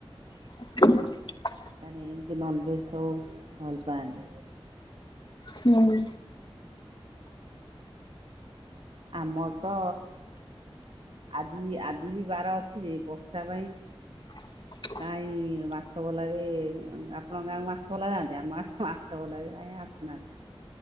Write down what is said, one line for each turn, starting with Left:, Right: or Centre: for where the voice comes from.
Left: <unintelligible>
Right: ତାହେଲେ ଏମିତି ନନଭେଜ ସବୁ ଭଲ ପାଅନ୍ତି।
Left: ହୁଁ।
Right: ଆମର ତ ଆଜି ଆଜି ବି ବାର ଅଛି ଯେ ବର୍ଷା ପାଇଁ
Left: ହ <unintelligible>
Right: କାହିଁ ମାଛ ବାଲାବେ ଆପଣଙ୍କ ଗାଁକୁ ମାଛ ବାଲା ନାହାନ୍ତି ଆମ ଆଡ଼େ ମାଛ ବାଲା ବି କାଇ ଆସୁନାହାଁନ୍ତି।